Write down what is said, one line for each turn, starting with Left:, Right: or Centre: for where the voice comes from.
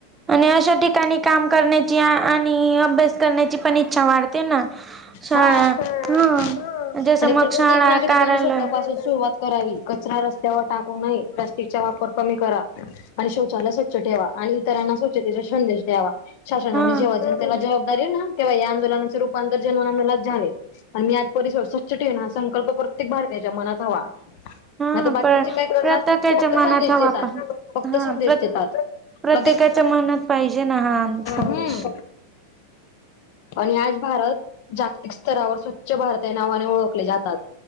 Right: आणि अशा ठिकाणी काम करण्याची आ आणि, अभ्यास करण्याची पण इच्छा वाढते ना शाळा
Left: हा हा हा
Right: हं जसं
Left: आणि
Right: मग
Left: प्रत्येक
Right: शाळा,
Left: नागरिकने
Right: कार्यालय
Left: स्वतःपा असं सुरुवात करावी कचरा रस्त्यावर टाकू नये प्लास्टिक चा वापर कमी करा. आणि शौचालय स्वच्छ ठेवा, आणि इतरांना स्वच्छतेचा संदेश द्यावा. शासनाने
Right: हं
Left: जेव्हा जेव्हा त्याला जबाबदार हे ना तेव्हा या आंदोलनाचे रूपांतर जनंगनात झाले आणि मी आज परिसर स्वच्छ ठेवीन, हा संकल्प प्रत्येक भारतीयाच्या मनात हवा.
Right: हं
Left: आता बाकीचे
Right: पण
Left: काय करतात,
Right: प्रत्येकाच्या
Left: फक्त
Right: मनात
Left: संदेश
Right: हवा
Left: देतात
Right: पण
Left: फक्त
Right: हां
Left: संदेश
Right: प्र
Left: देतात.
Right: प्रत्येकाच्या
Left: मग एक
Right: मनात पाहिजे ना हा संदेश
Left: हूं आणि आज भारत जागतिक स्तरावर स्वच्छ भारत या नावाने ओळखले ज्यातात,